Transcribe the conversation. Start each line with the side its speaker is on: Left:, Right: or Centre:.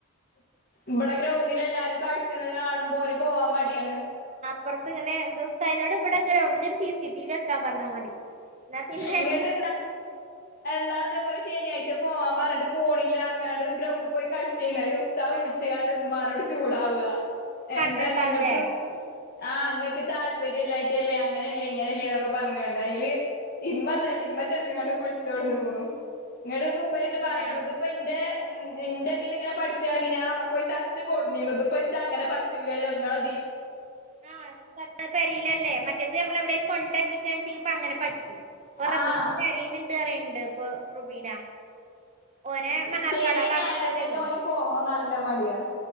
Left: ഇവിടെ ഗ്രൗണ്ടിൽ എല്ലാരും കഴിച്ച കാണുമ്പോ ന് പോവാൻ മടിയാണ്
Right: പുറത്ത് ഇങ്ങെനെ ദിവസ്സ്തഅയ്നോട് ഇവിടക്കെ സി സി ടി വി പറഞ്ഞാ മതി എന്നാ പിന്നെ
Left: ഇങ്ങട്ട് ന്നാള്തേപോ ശനിയാഴ്ച പോവാംപർഞ്ഞിട്ട് പോണില്ലാർഞ്ഞാണ്ട് ഗ്രൌണ്ടിൽ പോയി കളി ചെയ്നി
Right: ആഹ്
Left: വിളിച്ച്കാണ്ട് ഉമ്മാനോട് ചൂടാവ
Right: കണ്ടിട്ടുണ്ടാവുല്ലേ
Left: എന്താങ്ങക്ക് ആഹ് ങ്ങക്ക് താല്പര്യല്ലായിട്ടല്ലേ അങ്ങനെല്ലേ ഇങ്ങനെല്ലേ ന്നൊക്കെ പർഞ്ഞ്കാണ്ട് അയ്ല് ഇമ്മന്താട്ടി ഇമ്മ ചെന്ന്ങ്ങാണ്ട് വിളിചൊട്ന്ന്ക്ണു ഇങ്ങട്ട് മൂപ്പര്ണ്ട് പറയെണുത്പ്പൊന്റെ
Right: ആഹ്
Left: ഇന്റെതിലിങ്ങനെ പഠിച്ചാണെങ്കിൽ ഞാനൗടെ പോയി തച്ച് കൊടുന്നീ നു ഇപ്പൊച്ചാ അങ്ങനെ പറ്റൂലല്ലോ നിങ്ങളെ
Right: ആ ആ പെരീലല്ലേ മറ്റേത് നമ്മൾ എവിടെലും കൊണ്ട ണെങ്കിപ്പ അങ്ങനെ പറ്റു ഇപ്പ റമീശ
Left: ആഹ്
Right: കരയ്ണ്ട് ഇക്കറീണ്ട് ഇപ്പൊ റുബീന ഓനെ മണ്ണാർക്കാട്
Left: ശനിയും
Right: ആ ഭാഗത്ത്
Left: ഞായറും
Right: അവിടെയല്ലേ
Left: തന്നെ ഓന് പോകാൻ നല്ല മടിയാ